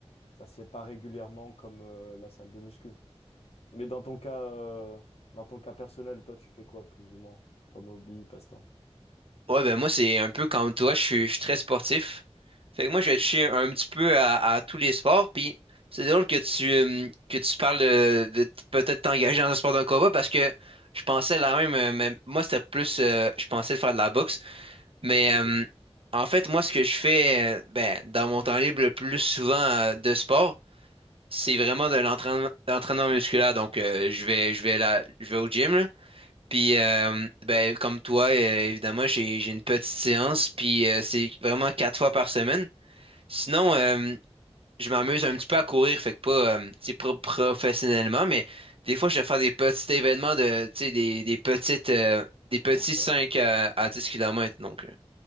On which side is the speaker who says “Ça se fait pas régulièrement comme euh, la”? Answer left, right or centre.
Left